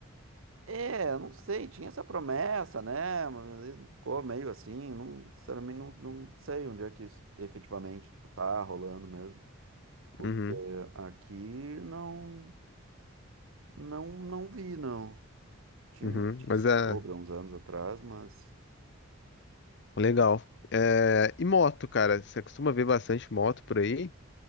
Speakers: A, on the right; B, on the left.
A: É, eu não sei, tinha essa promessa, né? Mas aí ficou meio assim, não, sinceramente não, não sei onde é que isso efetivamente, tipo, tá rolando mesmo, porque
B: Uhum,
A: aqui não, não, não vi, não. Tinha
B: uhum.
A: uma notícia
B: Mas é.
A: sobre há uns anos atrás, mas
B: Legal. É, e moto, cara? Você costuma ver bastante moto por aí?